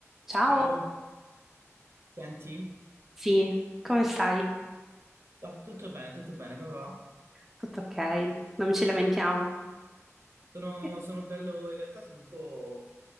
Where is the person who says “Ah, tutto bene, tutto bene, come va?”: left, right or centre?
Right